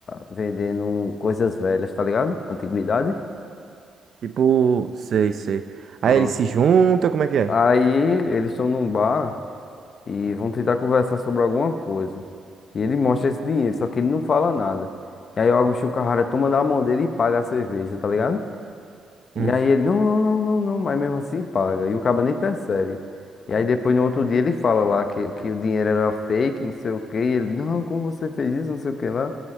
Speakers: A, on the left (about 50°); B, on the right (about 55°).
A: vendendo coisas velhas, tá ligado? Antiguidade.
B: Tipo, sei, sei.
A: Pronto.
B: Aí ele se junta, como é que é?
A: Aí eles estão num bar. e vão tentar conversar sobre alguma coisa. E ele mostra esse dinheiro, só que ele não fala nada. E aí o Agostinho Carrara toma na mão dele e paga a cerveja, tá ligado?
B: Hum.
A: E aí ele, não, não, não, não, não, mas mesmo assim paga. E o cara nem percebe. E aí depois no outro dia ele fala lá que, que o dinheiro era fake, não sei o quê. E ele, não, como você fez isso, não sei o que lá.